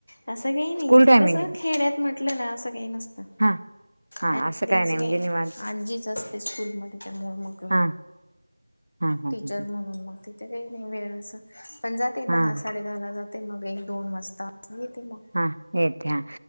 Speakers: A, on the left; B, on the right.
A: असं काही नाही
B: स्कूल
A: इथे
B: टायमिंग
A: कसं
B: आहे.
A: खेड्यात म्हटलं ना असं काही नसत.
B: हा हा
A: आणि
B: असं काय नाही
A: तेच
B: म्हणजे निवांत
A: आजीच असते स्कूल मध्ये <unintelligible> मग
B: हा. हां हां
A: टीचर
B: हां
A: म्हणून मग तिथे काही नाही वेळ असं पण जाते
B: हां
A: दहा साडे दहा ला जाते मग एक दोन वाजता येते मग.
B: हा येत हा,